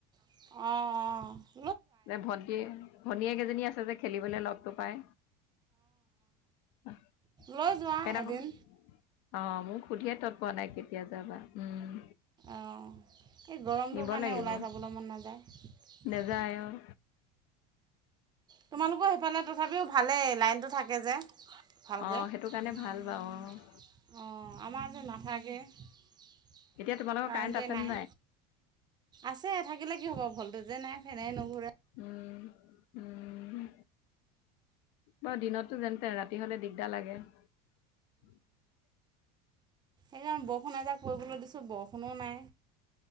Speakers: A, on the right; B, on the left.
A: অ'! অ'!
B: যে ভণ্টি, ভনীয়েক এজনী আছে যে। খেলিবলে লগটো পাই <unintelligible>
A: মই যোৱা
B: সেইদিনাখন
A: হেঁতেন!
B: অ'! মোক সুধিয়ে তৎ পোৱা নাই, কেতিয়া যাবা। উম!
A: অঁ এই গৰমটোৰ
B: নিব
A: কাৰণে
B: লাগিব।
A: ওলাই যাবলৈ মন নাযায়।
B: নেযায় অ',
A: তোমালোকৰ সেফালে তথাপিও ভালেই লাইনটো থাকে যে ভালকে।
B: অ',
A: অঁ
B: সেইটো কাৰণে ভাল বাৰু অ'।
A: আমাৰ যে নাথাকে। কাৰেণ্টোৱে
B: এতিয়া তোমালোকৰ কাৰেণ্ট আছেনে
A: নাই আছে থাকিলে কি হ'ব ভ'ল্ট টো যে নাই ফেনে নুঘূৰে।
B: উম, উম, বাৰু দিনতটো যেনে তেন, ৰাতি হ'লে দিগ <unintelligible>
A: এনেই বৰষুণ এজাক পৰিবলৈ দিছোঁ বৰষুণো নাই